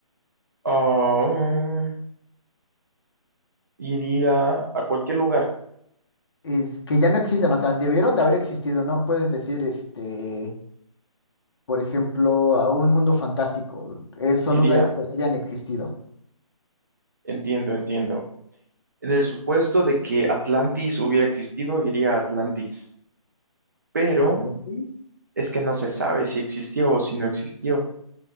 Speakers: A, on the right; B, on the left.
A: ah, iría a cualquier lugar,
B: Es que ya no existen, o sea, debieron de haber existido. No puedes decir, este por ejemplo, a un mundo fantástico. Eh, son
A: iría,
B: lugares que hayan existido.
A: entiendo, entiendo. En el supuesto de que Atlantis hubiera existido, iría a Atlantis, pero
B: Como sí.
A: es que no se sabe si existió o si no existió.